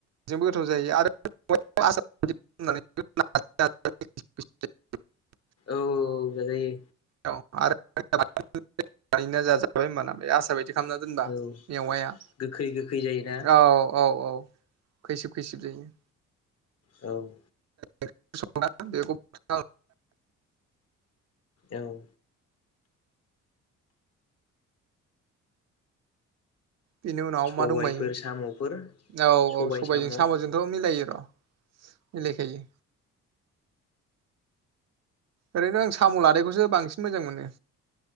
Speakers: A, on the right; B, on the left.
A: बेजोंबो गोथाव जायो आरो <unintelligible>
B: औ जाजायो
A: औ आरो <unintelligible> जाजाबाय होनबाना बे आसार बायदि खालामना दोनबा
B: औ
A: मेवाया
B: गोखै गोखै जायोना
A: औ औ औ खैसिब खैसिब जायो
B: औ
A: <unintelligible> बेखौ <unintelligible>
B: ए औ
A: बेनि उनाव
B: सबायफोर
A: मा दंबायोमोन
B: साम'फोर
A: औ
B: सबाय
A: औ सबायजों
B: साम'
A: सामजोंथ
B: औ
A: मिलायो <unintelligible> मिलायखायो ओरैनो आं साम' लादाइखौसो बांसिन मोजां मोनो।